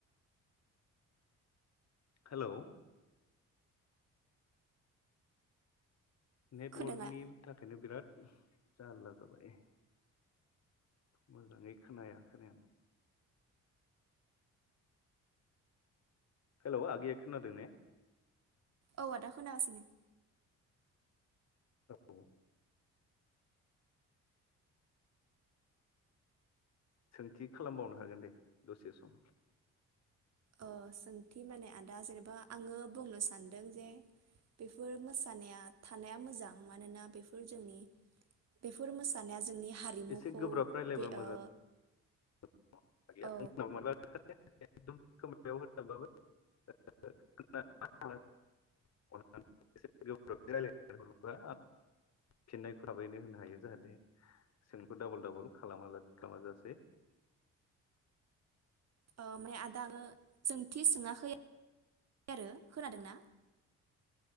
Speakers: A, on the left; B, on the right.
A: हेलौ नेटवर्कनि
B: खोनादों आ
A: थाखायनो बिराद जालला जाबाय मोजाङै खोनाया खोनायाखोनो हेलौ आगैया खोनादों ने?
B: औ आदा खोनागासिनो
A: औ सोंथि खालामबावनो हागोन दे दसे सम
B: ओ सोंथि माने आदा जेनेबा आङो बुंनो सानदों जे बेफोर मोसानाया थानाया मोजां मानोना बेफोर जोंनि बेफोर मोसानाया जोंनि हारिमुखौ
A: एसे गोब्राब रायलायबा
B: बे
A: मोजां
B: ओ
A: <unintelligible>
B: औ
A: <unintelligible> फिननायखौ थाबैनो होनो हायो जाहाथे सोंखौ डाबल डाबल खालामाला खालामाजासे
B: ओ माने आदा आङो सोंथि सोङाखै आरो खोनादोंना?